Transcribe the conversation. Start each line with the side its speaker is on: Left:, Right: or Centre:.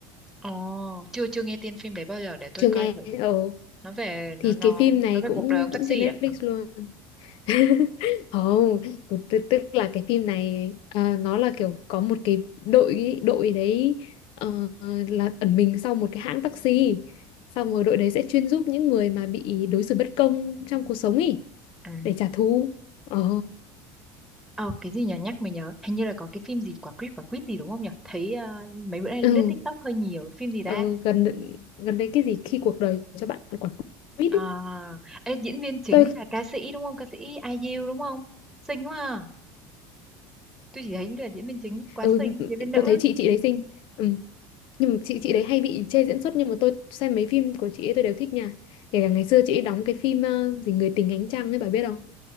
Centre: Ồ, chưa chưa nghe tên phim đấy bao giờ để tôi
Left: chưa
Centre: coi
Left: nghe
Centre: thử.
Left: ừ
Centre: Nó về nó
Left: thì
Centre: nó
Left: cái phim này
Centre: nó về
Left: cũng
Centre: cuộc đời ông taxi
Left: cũng trên Netflix
Centre: à?
Left: luôn <laughs> không cũng tức tức là cái phim này ờ, nó là kiểu có một cái đội đội đấy ờ, là ẩn mình sau một cái hãng taxi xong rồi đội đấy sẽ chuyên giúp những người mà bị đối xử bất công trong cuộc sống ý
Centre: À,
Left: để trả thù ờ
Centre: ờ, cái gì nhở nhắc mình nhớ hình như là có cái phim gì quả quýt quả quýt gì đúng không nhở thấy ờ, mấy bữa nay lướt
Left: ừ,
Centre: TikTok hơi nhiều phim gì ta
Left: ờ, gần gần đây cái gì khi cuộc đời cho bạn quả quýt
Centre: à,
Left: ý
Centre: ê, diễn viên chính
Left: tôi
Centre: là ca sĩ đúng không ca sĩ ai IU đúng không xinh quá à. tôi chỉ thấy là diễn viên chính quá
Left: ừ,
Centre: xinh
Left: ừ,
Centre: diễn viên nữ
Left: tôi
Centre: ấy
Left: thấy chị chị đấy xinh ừ. nhưng mà chị chị đấy hay bị chê diễn xuất nhưng mà tôi xem mấy phim của chị ấy tôi đều thích nha kể cả ngày xưa chị ấy đóng cái phim ờ, gì người tình ánh trăng ấy bà biết không